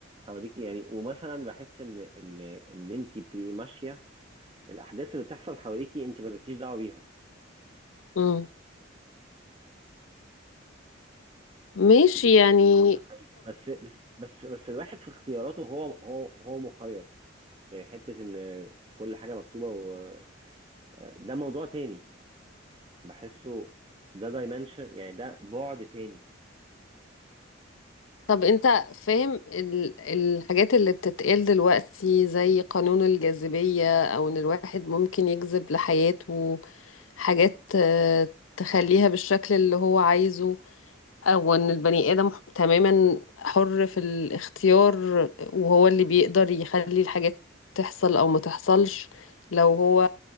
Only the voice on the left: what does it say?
امم ماشي
يعني
طب انت فاهم ال- الحاجات اللي بتتقال دلوقتي زي قانون الجاذبية او ان الواحد ممكن يجذب لحياته حاجات آه، تخليها بالشكل اللي هو عايزه او ان البني ادم تماما حر في الاختيار وهو اللي بيقدر يخلي الحاجات تحصل او ما تحصلش لو هو